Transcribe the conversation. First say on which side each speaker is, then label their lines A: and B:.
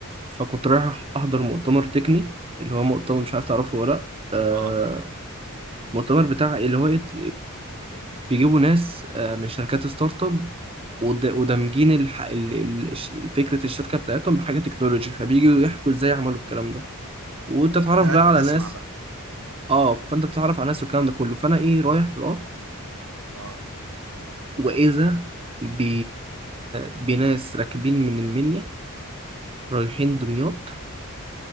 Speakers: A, on the right; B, on the right.
A: فكنت رايح احضر مؤتمر تقني اللي هو مؤتمر مش عارف تعرفه ولا لا آه،
B: اه
A: مؤتمر بتاع اللي هو يت- بيجيبوا ناس آه، من شركات ستارت اب ود- ودمجين الح... ال- ال- الش- فكرة الشركة بتاعتهم بحاجة تكنولوجي فبييجوا يحكوا ازاي عملوا الكلام ده وتتعرف
B: وانت كنت قاعد
A: بقى
B: بتسمع
A: على ناس
B: بقى
A: اه فانت بتتعرف على ناس والكلام ده كله فانا ايه رايح في القطر
B: اه
A: وإذا ب... بناس راكبين من المنيا رايحين دمياط